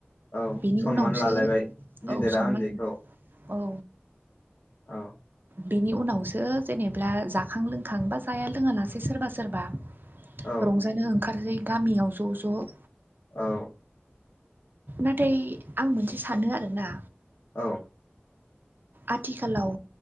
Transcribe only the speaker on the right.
बेनि
उनावसो
औ सनमान
औ।
बेनि उनावसो जेनेबा जाखां लोंखां बा जाया लोङानासै सोरबा सोरबा।
रंजानो ओंखारहै गामियाव ज' ज'।
नाथाय आं मोनसे सानो आरोना।
आथिखालाव